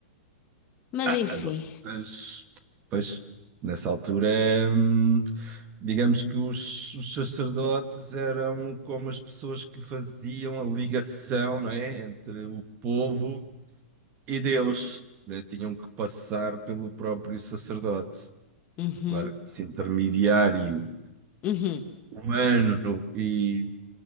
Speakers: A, on the left; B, on the right.
A: Mas
B: Ah,
A: enfim.
B: as ofertas, pois, nessa altura, hum, digamos que os, os sacerdotes eram como as pessoas que faziam a ligação, não é, entre o povo e Deus, né? Tinham que passar pelo próprio sacerdote.
A: Uhum,
B: Claro, esse intermediário
A: uhum,
B: humano e